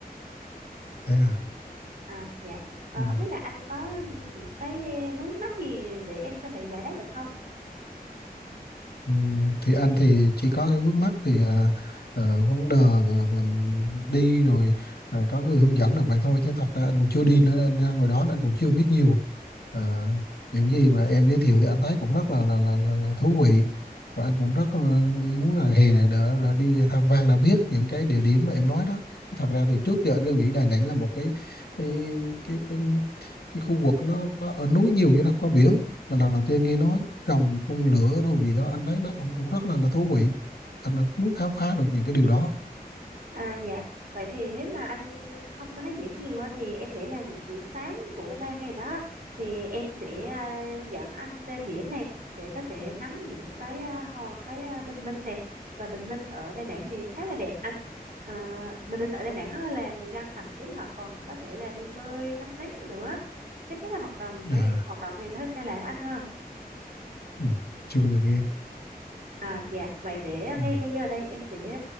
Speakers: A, on the left (about 75°); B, on the right (about 60°).
A: thế à
B: À dạ. Ờ,
A: ừ.
B: không biết là anh có những cái vướng mắc gì để em có thể giải đáp được không?
A: Ừm, thì anh thì chỉ có cái vướng mắc thì à, ờ, vấn đề và, và đi rồi à, có người hướng dẫn là vậy thôi chứ thật ra anh cũng chưa đi nữa anh ra ngồi đó nên anh cũng chưa biết nhiều à, những gì mà em giới thiệu thì anh thấy cũng rất là là, là, là, là thú vị và anh cũng rất là muốn là hè này đã, đã đi tham quan đã biết những cái địa điểm mà em nói đó chứ thật ra thì trước giờ anh cứ nghĩ Đà Nẵng là một cái cái cái, cái cái khu vực nó, nó ở núi nhiều chứ nó không có biển mà lần đầu tiên nghe nói trồng phun lửa đâu gì đó anh thấy nó cũng cũng rất là là thú vị anh muốn khám phá được những cái điều đó
B: À dạ, vậy thì nếu mà anh không có thấy biển nhiều á, thì em nghĩ là những buổi sáng của ba ngày đó thì em sẽ à, dẫn anh ra biển này để có thể ngắm những cái à, hò cái à, bình minh này và bình minh ở Đà Nẵng thì khá là đẹp anh. À, bình minh ở Đà Nẵng á là người dân thậm chí họ còn có thể là đi bơi tắm nắng nữa. Các cái hoạt động này
A: à,
B: hoạt động này nó hơi xa lạ với anh ha.
A: ừ. chưa bao giờ nghe
B: À dạ, vậy để
A: ừ.
B: ngay bây giờ đây em sẽ